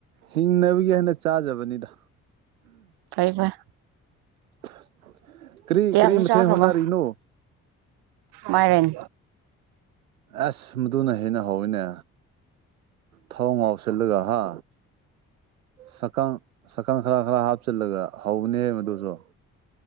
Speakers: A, on the right; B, on the right.
A: ꯍꯤꯡꯅꯕꯒꯤ ꯍꯅ ꯆꯥꯖꯕꯅꯤꯗ
B: ꯐꯩ ꯐꯩ
A: <inaudible> ꯀꯔꯤ
B: ꯀꯌꯥꯝꯅꯤ
A: ꯀꯔꯤ ꯃꯊꯦꯜ
B: ꯆꯥꯈ꯭ꯔꯕ
A: ꯍꯣꯠꯅꯔꯤꯅꯣ
B: ꯃꯥꯏꯔꯦꯟ
A: ꯑꯁ ꯃꯗꯨꯅ ꯍꯦꯟꯅ ꯍꯧꯋꯏꯅꯦ ꯊꯥꯎꯉꯥꯎꯁꯦꯂ ꯍꯥ ꯁꯀꯪ ꯁꯛꯀꯪ ꯈꯔ ꯈꯔ ꯍꯥꯞꯆꯜꯂꯒ ꯍꯧꯕꯅꯦ ꯃꯗꯨꯁꯨ